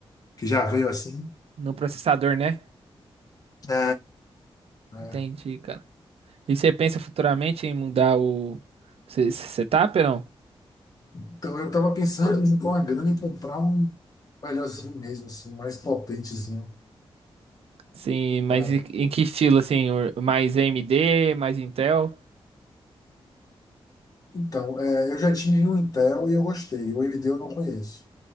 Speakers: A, on the left (about 40°); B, on the right (about 80°).
A: que já veio assim.
B: No processador, né?
A: É, é.
B: Entendi, cara. E você pensa futuramente em mudar o se- se- setup ou não?
A: Então eu tava pensando em com a grana em comprar um melhorzinho mesmo, assim, um mais potentezinho.
B: Sim, mas
A: Pra...
B: em em que estilo assim? O- Mais AMD, mais Intel?
A: Então, é, eu já tive um Intel e eu gostei. O AMD eu não conheço.